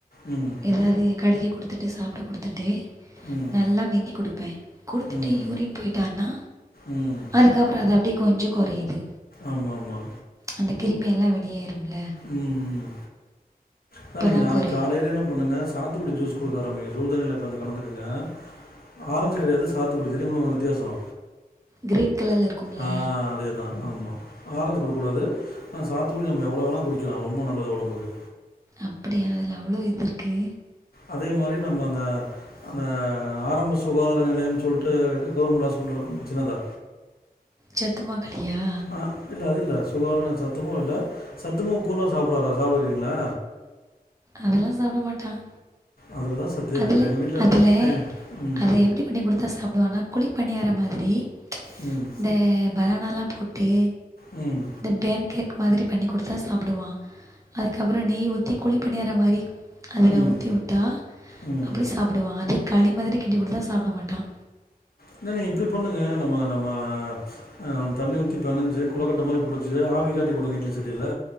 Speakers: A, on the left; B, on the right.
A: ம்
B: எதாவது கடிகக குடுத்துட்டு சாப்ட குடுத்துட்டு
A: ம்,
B: நல்லா வெந்நீ குடுப்ப குடுத்துட்டு
A: ம்,
B: யூரின் போயிட்டானா
A: ம்.
B: அதுக்கப்றோ அது அப்டியே கொஞ்சோ கொறையுது
A: ஆமாமா
B: அந்த கிருமியெல்லா வெளியேருமல்ல
A: ம் பாருங்க
B: தான்
A: நாளைக்கு
B: குறையும்
A: காலைல என்ன பண்ணுங்க சாத்துக்கொடி ஜூஸ் குடுக்க ஆரம்பிங்க சுடு தண்ணில கொஞ்சோ கலந்துக்கங்க ஆரஞ்சு கெடையாது சாத்து இப்ப தெரியுமல்ல உங்ளுக்கு வித்தியாசோ
B: க்ரீன் கலரில் இருக்கும்ல
A: ஆ அதே அதா ஆமா ஆரஞ்சு குடுக்கூடாது ஆனா சாத்துக்குடி நம்ம எவ்ளோ வேணா குடிக்கலா ரொம்ப நல்லது ஒடம்புக்கு
B: அப்டியா அதுல அவ்ளோ இது இருக்கு
A: அதே மாரி நம்ம அந்த அந்த ஆரம்ப சுகாதார நிலையம் சொல்ட்டு கவர்மெண்ட் ஹாஸ்பிட்டல் இருக்கும் சின்னதா
B: சத்துமா களியா
A: ஆ இல்ல அதில்ல சுகாதாரோ சத்துமாவு இல்ல சத்துமா கூழா சாப்ட்றாரா சாப்டுவீங்ளா
B: அதெல்லா சாப்பட மாட்டான்
A: அதுலதா சத்தே இருக்குது
B: அதில்
A: எங்க வீட்ல
B: அதில்
A: எ ம்
B: அதை எப்படி பண்ணி குடுத்தா சாப்டுவானா குழி பணியாற மாதிரி
A: ம்
B: அந்த பனானால்லா போட்டு
A: ம்
B: இந்த பேன் கேக் மாதிரி பண்ணி குடுத்தா சாப்டுவான் அதுக்கப்றோ நெய் ஊத்தி குழி பணியாற மாரி அதுல
A: ம்
B: ஊத்தி விட்டா
A: ம்
B: அப்டி சாப்டுவான் அதே களி மாதிரி கிண்டி குடுத்தா சாப்ட மாட்டான்
A: இன்னொன்னு இப்டி பண்ணுங்க நம்ம நம்ம ஆ தண்ண ஊத்தி பெனஞ்சு கொளக்கட்ட மாரி புடுச்சு ஆவிகாட்டி குடுங்க இட்லி சட்டில